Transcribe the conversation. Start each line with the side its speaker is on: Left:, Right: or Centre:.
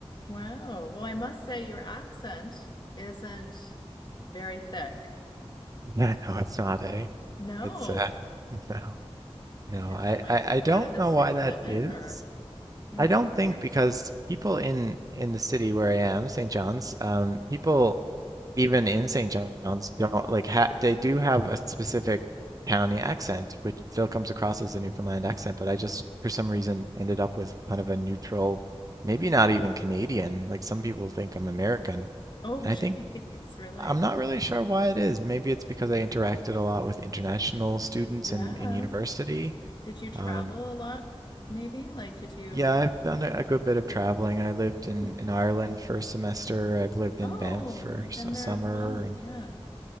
Left: Wow. Well, I must say your accent isn't very thick.
Right: <laughs> Yeah, no, it's not a.
Left: No.
Right: It's uh, <laughs> no, no.
Left: And
Right: I,
Left: that might
Right: I
Left: be part
Right: I don't
Left: of the
Right: know
Left: city
Right: why that
Left: living,
Right: is.
Left: or I'm
Right: I
Left: not
Right: don't think
Left: sure.
Right: because people in in the city where I am, St. John's, um, people even in St. John's don't like ha they do have a specific county accent, which still comes across as a Newfoundland accent, but I just for some reason ended up with kind of a neutral, maybe not even Canadian. Like some people think I'm American,
Left: Oh,
Right: and
Left: <laughs>
Right: I think
Left: jeez, really?
Right: I'm not really sure why it is. Maybe it's because I interacted a lot with international students
Left: Yeah.
Right: in in university.
Left: Did you travel
Right: Um,
Left: a lot, maybe? Like, did you?
Right: yeah, I've done a, a good bit of traveling. I lived in
Left: Hmm.
Right: in Ireland for a semester. I've lived
Left: Oh,
Right: in Banff for
Left: I've
Right: s-
Left: been
Right: a
Left: there
Right: summer,
Left: as well.
Right: and
Left: Yeah.